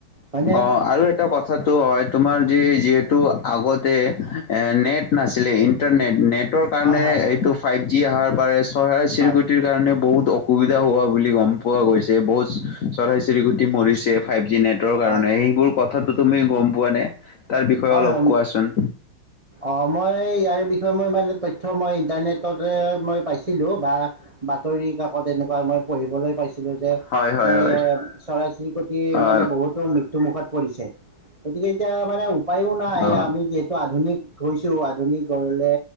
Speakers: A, on the right; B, on the left.
A: হয়নে?
B: অ আৰু এটা কথাটো হয় তোমাৰ যি যিহেতু আগতে এ নেট নাছিলে ইণ্টাৰনেট নেটৰ কাৰণে
A: হয়, হয়,
B: এইটো ফাইভ জি আহাৰ পাৰেছ চৰাই-চিৰকটিৰ
A: হয়।
B: কাৰণে বহুত অুবিধা হোৱা বুলি গম পোৱা গৈছে বহুত চৰাই-চিৰকতি মৰিছে ফাইভ জি নে টৰ কাৰণে
A: হয়,
B: সেইবোৰ কথাটো তুমি গম পোৱা নে তাৰ বিষয়ে
A: হয়,
B: অলপ
A: হয়।
B: কোৱাচোন?
A: অ মই ইয়াৰ বিষয়ে মই ইমান তথ্য মই ইণ্টাৰনেট তত এয়াত মই পাইছিলো বা বাতৰি কাকত এনেকুৱা মই পঢ়িবলে পাইছ ছিলো যে
B: হয় হয়
A: মানে
B: হয়
A: চৰাই-চিৰিকটিৰ
B: অ
A: মানে বহুতো মৃত ত্যু মুখত পৰিছে, গতিকে এতিয়া মানে উপায়ো নাই
B: অ
A: আমি যিহেতু আধুনিক হৈছো আধুনিক হ'লে